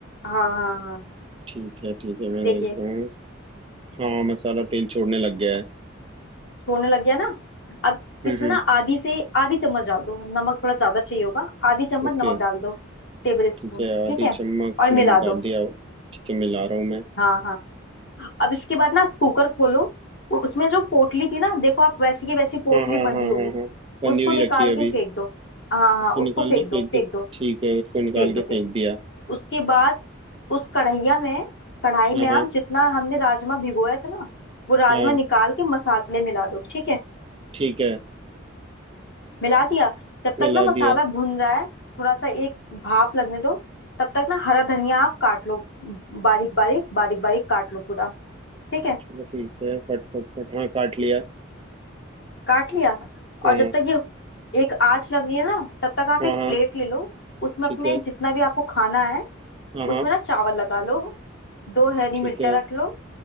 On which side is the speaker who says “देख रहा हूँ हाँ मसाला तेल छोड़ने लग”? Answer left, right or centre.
Right